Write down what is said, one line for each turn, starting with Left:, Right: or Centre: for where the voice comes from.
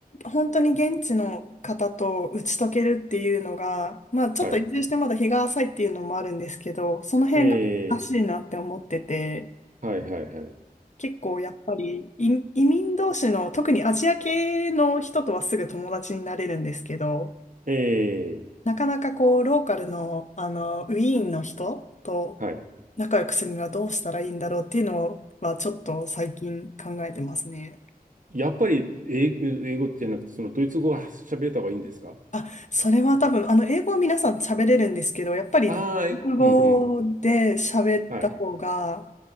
Left: 本当に現地の方と打ち解けるっていうのが、まあちょっと移住してまだ日が浅いっていうのもあるんですけど、
Right: はい。
Left: その辺が難しいなって思ってて、
Right: ええ、はいはいはい。
Left: 結構やっぱり移移民同士の特にアジア系の人とはすぐ友達になれるんですけど、
Right: ええ、
Left: なかなかこうローカルの、あのウィーンの人と
Right: はい。
Left: 仲良くするにはどうしたらいいんだろうっていうのはちょっと最近考えてますね。
Right: やっぱり英語、英語じゃなくて、そのドイツ語が喋れた方がいいんですか
Left: あ、それは多分あの英語は皆さん喋れるんですけど、やっぱり国語で喋った方が
Right: ああー、英語うんうん。はい。